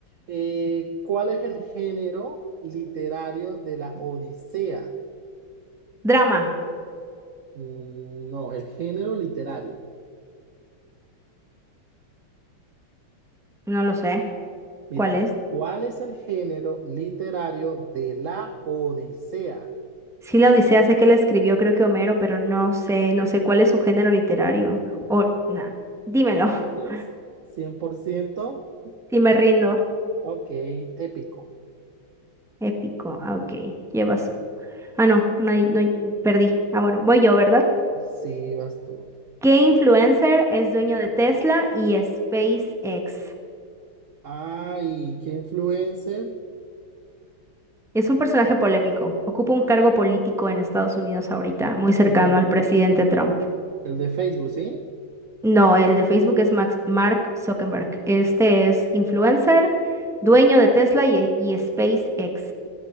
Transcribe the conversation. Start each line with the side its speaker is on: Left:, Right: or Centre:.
Right: eh, ¿cuál es el género literario de la Odisea?
Centre: Drama.
Right: Mm, No, el género literario.
Centre: No lo sé.
Right: Mira,
Centre: ¿Cuál es?
Right: ¿cuál es el género literario de la Odisea?
Centre: Sí, la Odisea sé que la escribió, creo que Homero, pero no sé, no sé cuál es su género literario. O, nada. Dímelo.
Right: ¿Entiendes?
Centre: <laughs>
Right: ¿cien por ciento?
Centre: Y me rindo.
Right: Ok, épico.
Centre: Épico. Ah, ok. Llevas. Ah, no, no hay, no hay- perdí. Ah, bueno, voy yo, ¿verdad?
Right: Sí, vas tú.
Centre: ¿Qué influencer es dueño de Tesla y SpaceX?
Right: Ay, ¿qué influencer?
Centre: Es un personaje polémico. Ocupa un cargo político en Estados Unidos ahorita, muy cercano
Right: El de,
Centre: al presidente Trump.
Right: el de Facebook, ¿sí?
Centre: No, el de Facebook es Max, Mark Zuckerberg. Este es influencer, dueño de Tesla y, y SpaceX.